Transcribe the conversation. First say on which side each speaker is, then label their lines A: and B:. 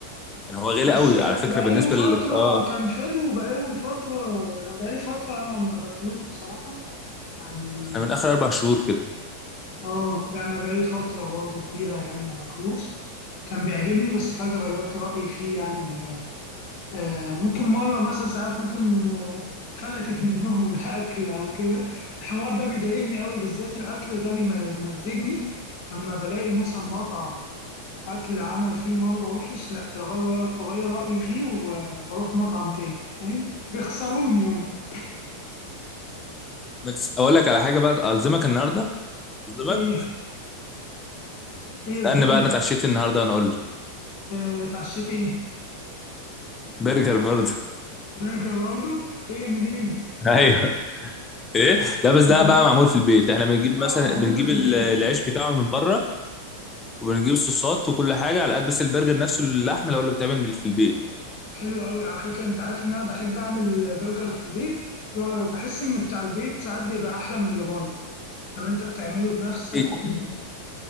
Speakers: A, on the left (about 20°); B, on the left (about 45°).
A: يعني هو غالي
B: بس
A: قوي على فكره
B: بقاله
A: بالنسبه
B: فترة
A: لل اه
B: كان حلو بقاله فترة يعني بقالي فترة أنا ما باكلوش بصراحة يعني
A: انا من اخر اربع شهور كده
B: اه ده أنا بقالي فترة برضه كبيرة يعني ما باكلوش كان بيعجبني بس فجأة غيرت رأيي فيه يعني آه ممكن مرة مثلا ساعات ممكن آه، فلتت منهم <laughs> الأكل أو كده الحوار ده بيضايقني قوي بالذات الأكل ده بيمزجني لما بلاقي مثلا مطعم أكل عمل فيه مرة وحش لأ بغير بغير رأيي فيه وبروح مطعم تاني فاهم بيخسروني يوم
A: بس اقول لك على حاجه بقى اعظمك النهارده اعظمك
B: إيه إيه
A: استنى
B: صدمت
A: بقى انا اتعشيت النهارده وانا اقول لك
B: إيه اتعشيت إيه
A: برجر برضه
B: برجر برضه إيه منين
A: <laughs> ايوه ايه لا بس ده
B: منين
A: بقى معمول في البيت احنا بنجيب مثلا
B: أه معمول
A: بنجيب
B: في
A: ال-
B: البيت
A: العيش بتاعه من بره وبنجيب الصوصات وكل حاجه على قد بس البرجر نفسه اللحمه اللي هو اللي بتعمل من- في البيت
B: حلو أوي على فكرة أنت عارف إن أنا بحب أعمل برجر في البيت بحس إن بتاع البيت ساعات بيبقى أحلى من اللي بره لما أنت بتعمله بنفسك
A: ال-
B: وكده